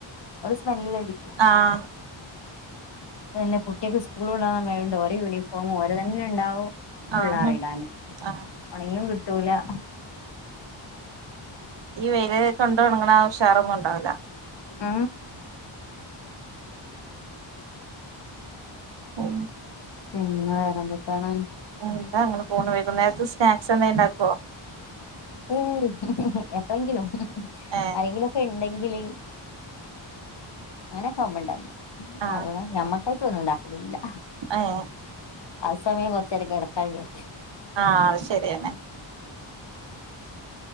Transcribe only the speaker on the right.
ആഹ്
ആഹ്
ആഹ്
ഈ വെയിൽ കൊണ്ട് ഒണങ്ങണ ഉഷാറ് ഇണ്ടാവൂല
ഉ
എന്താ അങ്ങനെ പോണു വൈകുനേരത്തെ സ്നാക്സ് എന്തായ് ഒണ്ടാക്കുവോ
ഏഹ്
ആഹ്
ഏഹ്
ആഹ് അത് ശെരിയെന്നെ